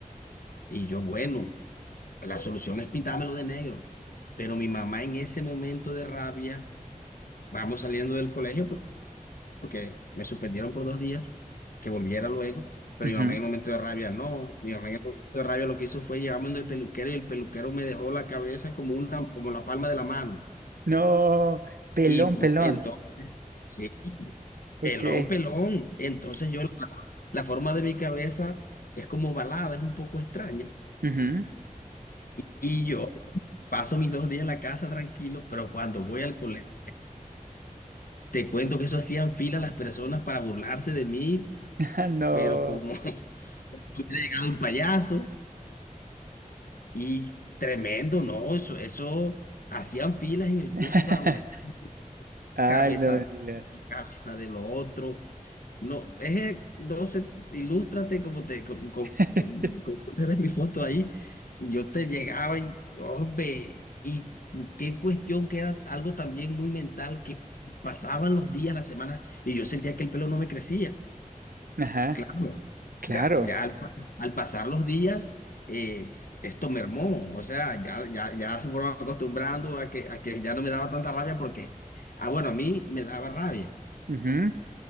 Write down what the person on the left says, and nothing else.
Y yo, bueno, la solución es pintármelo de negro. Pero mi mamá en ese momento de rabia, vamos saliendo del colegio por- porque me suspendieron por dos días, que volviera luego. Pero
mi mamá en el momento de rabia, no. Mi mamá en el momento de rabia lo que hizo fue llevarme donde el peluquero y el peluquero me dejó la cabeza como una, como la palma de la mano.
Y bo-
entonces Sí, pelón,
pelón. Entonces yo, la, la forma de mi cabeza es como balada, es un poco extraña.
Y yo paso mis dos días en la casa tranquilo, pero cuando voy al colegio, te cuento que eso hacían fila las personas para burlarse de mí,
pero como <laughs> hubiera llegado un payaso y tremendo, no, eso, eso hacían filas en el
curso para molestar.
Cabeza
casa de lo otro. No, es, eh, no sé, ilústrate como te, como, como-
como- <laughs> como puedes ver mi foto ahí. Y yo te llegaba y, hombre, y qué cuestión que era algo también muy mental que pasaban los días, las semanas, y yo sentía que el pelo no me crecía.
Claro,
ya, ya al, al pasar los días, eh, esto mermó, o sea, ya, ya, ya se fueron acostumbrando a que, a que ya no me daba tanta rabia porque, ah, bueno, a mí me daba rabia